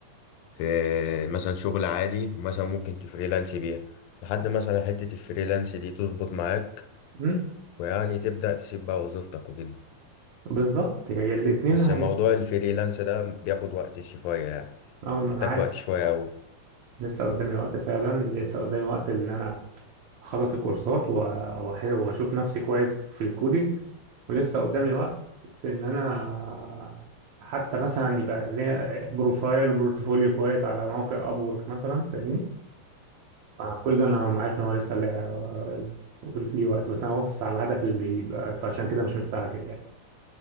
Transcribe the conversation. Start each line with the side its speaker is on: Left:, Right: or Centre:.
Left: في مثلا شغل عادي ومثلا ممكن تفريلانس بيها لحد مثلا حتة الفريلانس دي تظبط معاك
Right: مم،
Left: ويعني تبدأ تسيب بقى وظيفتك وكده
Right: بالظبط هي الاتنين
Left: بس
Right: هي
Left: موضوع الفريلانس ده بياخد وقت شوية يعني
Right: اه ما
Left: محتاج
Right: انا عارف
Left: وقت شوية أوي
Right: لسه قدامي وقت فعلا لسه قدامي وقت ان انا اخلص الكورسات و- وأح- واشوف نفسي كويس في الكودينج ولسه قدامي وقت في ان انا حتى مثلا يبقى ليا بروفايل وبورتفوليو كويس على موقع ابورك مثلا فاهمني آه، كل ده انا ما عارف ان هو لسه لا- ليه وقت بس انا باصص على الهدف البعيد بقى، فعشان كده مش مستعجل يعني